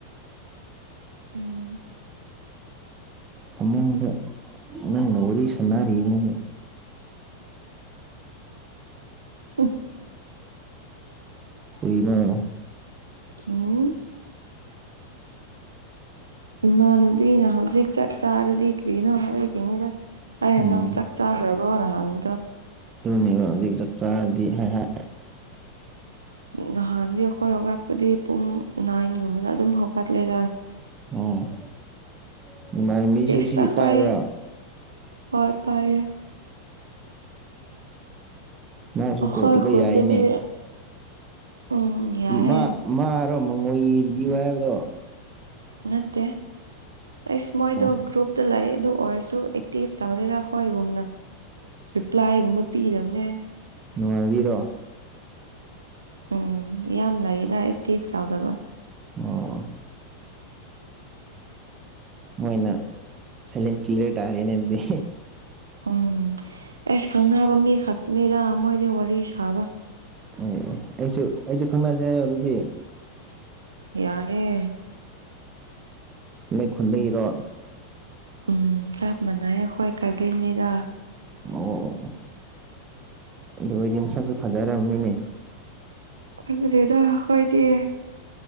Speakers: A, on the right (about 75°); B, on the right (about 25°).
A: ꯎꯝ
B: ꯐꯃꯨꯡꯗ ꯅꯪꯒꯥ ꯋꯥꯔꯤ ꯁꯥꯟꯅꯔꯤꯅꯦ
A: <unintelligible>
B: ꯀ꯭ꯔꯤꯔꯣ
A: ꯎꯝ ꯏꯃꯥꯅꯨꯕꯤꯅ ꯍꯧꯖꯤꯛ ꯆꯥꯛ ꯆꯥꯔꯗꯤ ꯀ꯭ꯔꯤꯅꯣ ꯍꯥꯏꯔꯛꯒꯤꯅꯤꯗ ꯑꯩ
B: ꯎꯝ
A: ꯅꯪ ꯆꯥꯛ ꯆꯥꯒ꯭ꯔꯥꯕ꯭ꯔꯣꯅ ꯍꯡꯕꯗꯣ
B: ꯀꯩꯅꯣ ꯍꯧꯖꯤꯛ ꯆꯥꯛ ꯆꯥꯔꯗꯤ ꯍꯥꯏ ꯍꯥꯏ
A: ꯅꯍꯥꯟꯗꯤ ꯑꯩꯈꯣꯏ ꯍꯧꯒꯠꯄꯗꯤ ꯄꯨꯡ ꯅꯥꯏꯟꯒꯨꯝꯕꯗ ꯑꯗꯨꯝ ꯍꯧꯒꯠꯂꯦꯗ
B: ꯎꯝ <inaudible>
A: ꯏꯁ
B: ꯁꯤ
A: ꯑꯈꯣꯏ
B: ꯄꯥꯏꯕ꯭ꯔꯣ
A: ꯍꯣꯏ ꯄꯥꯏꯌꯦ
B: ꯃꯣꯁꯨ
A: ꯑꯩꯈꯣꯏ
B: ꯀꯣꯜ ꯇꯧꯕ
A: ꯈꯨꯟꯗꯗꯤ
B: ꯌꯥꯏꯅꯦ
A: ꯎꯝ ꯌꯥꯏꯌꯦ
B: ꯃꯥ ꯃꯥꯔꯣ ꯃꯉꯣꯏꯗꯤꯌꯨ ꯍꯥꯏꯕꯗꯣ
A: ꯅꯠꯇꯦ ꯑꯁ ꯃꯣꯏꯗꯣ
B: ꯑꯣ
A: ꯒ꯭ꯔꯨꯞꯇꯥ ꯂꯩ ꯑꯗꯨ ꯑꯣꯏꯔꯁꯨ ꯑꯦꯛ ꯇꯦꯐ ꯇꯧꯗꯦꯗ ꯑꯈꯣꯏꯒꯨꯝꯅ ꯔꯤꯄ꯭ꯂꯥꯏꯒꯨꯝꯕ ꯄꯤꯗꯕꯅꯦ
B: ꯅꯨꯡꯉꯥꯏꯕꯤꯔꯣ
A: ꯎꯝ ꯌꯥꯝ ꯂꯩꯌꯦꯗ ꯑꯦꯛꯇꯤꯐ ꯇꯥꯎꯗꯕ
B: ꯑꯣ ꯃꯣꯏꯅ ꯁꯥꯏꯂꯦꯟ ꯀꯤꯂꯔ ꯇꯥꯔꯦꯅꯦ ꯑꯗꯨꯗꯤ
A: ꯎꯝ ꯑꯦꯁ ꯈꯪꯅꯕ ꯃꯤ ꯈꯛꯇꯅꯤꯗ ꯃꯣꯏꯗꯤ ꯋꯥꯔꯤ ꯁꯥꯕ
B: ꯑꯦ ꯑꯩꯁꯨ ꯑꯩꯁꯨ ꯈꯪꯅꯁꯦ ꯍꯥꯏꯌꯣ ꯑꯗꯨꯗꯤ
A: ꯌꯥꯑꯦ
B: ꯅꯣꯏ ꯈꯨꯨꯟꯗꯒꯤꯔꯣ
A: ꯎꯝ ꯆꯞ ꯃꯥꯟꯅꯩ ꯑꯩꯈꯣꯏ ꯀꯥꯖꯤꯟꯅꯤꯗ
B: ꯑꯣ ꯑꯣ ꯑꯗꯨ ꯑꯣꯏꯗꯤ ꯃꯁꯛꯁꯨ ꯐꯖꯔꯝꯅꯤꯅꯦ
A: ꯈꯪꯗꯦꯗ ꯑꯈꯣꯏꯗꯤ